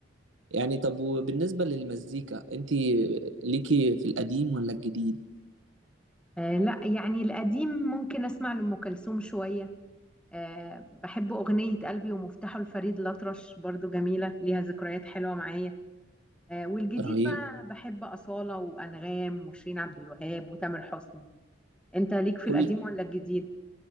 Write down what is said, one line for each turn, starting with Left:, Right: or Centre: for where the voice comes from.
Right: يعني طب وبالنسبه للمزيكا انت ليكي في القديم ولا الجديد
Centre: آه، لا يعني القديم ممكن اسمع لأم كلثوم شويه آه، بحب أغنية قلبي ومفتاحه لفريد الأطرش برضو جميلة ليها ذكريات حلوة معايا آه، والجديد
Right: رهيب
Centre: بقى بحب أصالة وأنغام وشيرين عبد الوهاب وتامر حسني أنت ليك في
Right: كل
Centre: القديم ولا الجديد؟